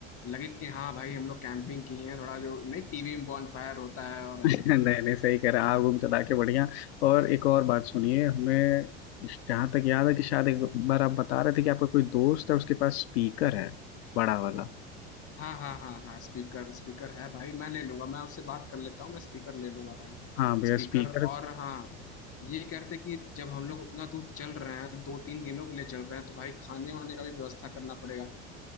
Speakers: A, on the left; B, on the left.
A: लगे कि हाँ भाई हम लोग कैंपिंग किए हैं थोड़ा जो नहीं टीवी में बॉनफायर होता है और ऐसे
B: नहीं नहीं सही कह रहे हैं आग उग जला के बढ़िया और एक और बात सुनिए हमें जहाँ तक याद है कि शायद एक बार आप बता रहे थे कि आपका कोई दोस्त है उसके पास स्पीकर है बड़ा वाला
A: हाँ हाँ हाँ हाँ स्पीकर स्पीकर है भाई मैं ले लूंगा मैं उससे बात कर लेता हूँ मैं स्पीकर ले लूंगा भाई
B: हाँ भैया
A: स्पीकर
B: स्पीकर
A: और हाँ ये कहते कि जब हम लोग उतना दूर चल रहे हैं दो तीन दिनों के लिए चल रहे हैं तो भाई खाने वाने का भी व्यवस्था करना पड़ेगा